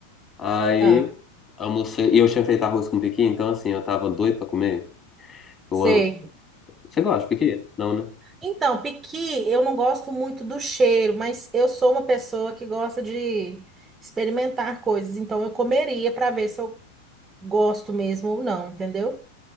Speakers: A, on the left (about 25°); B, on the right (about 20°).
A: Aí
B: ah.
A: almocei. E eu tinha feito arroz com piqui, então assim, eu tava doido pra comer. Eu
B: Sei.
A: amo. Você gosta de piqui? Não, né?
B: Então, piqui, eu não gosto muito do cheiro, mas eu sou uma pessoa que gosta de experimentar coisas, então eu comeria para ver se eu gosto mesmo ou não, entendeu?